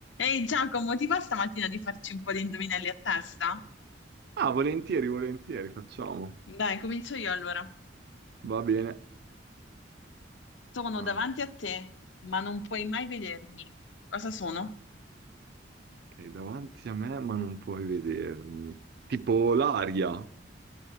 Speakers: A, on the left (about 75°); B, on the right (about 55°).
A: Ehi Giacomo, ti va stamattina di farci un po' di indovinelli a testa?
B: Ah, volentieri, volentieri, facciamo.
A: Dai, comincio io allora.
B: Va bene.
A: Sono
B: Ah,
A: davanti a te, ma non puoi mai vedermi. Cosa sono?
B: Ok, davanti a me, ma non puoi vedermi. Tipo l'aria.